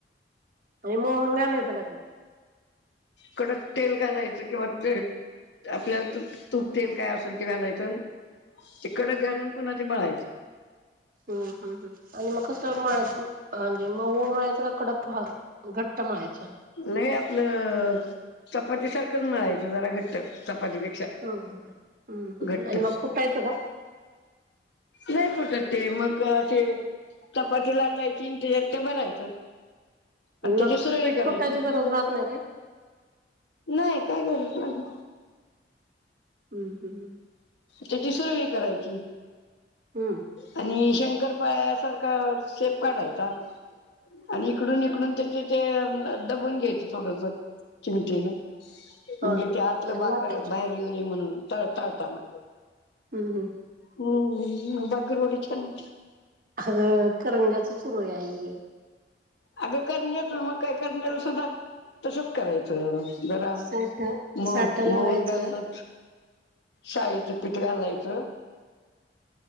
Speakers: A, on the right; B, on the left.
A: आणि मोहन घालायचं का त्या
B: कडक तेल घालायचं किंवा तेल आपल्यालाू तूप तेल काय असेल ते घालायचं तकड घालून पण ते बाळा आहेतच
A: हम् हम्म हम् आणि म स म्हे मव माळायचं का कडक घट्ट माळायच
B: लय आपलं चपाती सारखं नळायच जरा घट्ट पपेक्षा
A: हम्म हम्म हम्म
B: घट्ट
A: आणि मग कुटायचं का?
B: नाही फटतते मग असे चपातीला का चिंंतेतेत ते भरायचं आणि
A: मग
B: त्याची सरळी
A: पीठ
B: करायची
A: कुटायची गरज राहत नाही काय?
B: नाही काय कर ह
A: हम्म हम्
B: त्याची सुरणी करायची
A: हम्म.
B: आणि शं पायासारख सेफ काढायचा आणि इकडून इकडून त्याचे ते दबून घ्यायचं थोडस चिमटन म्हणजे
A: हा
B: त्या आतलं
A: आणि
B: बाकड
A: लाटायच.
B: बाहेर येऊ नये म्हणूनताळताना
A: हम्म हम्म.
B: हम्म बकर होडी छान
A: अ करंजाच सुरई
B: अगं करन येत मग काय करल सुद्धा तसच करायचं गरम
A: साठा
B: म
A: साठा लावायचा.
B: मन घालना शाळेचं पीठ घालायचं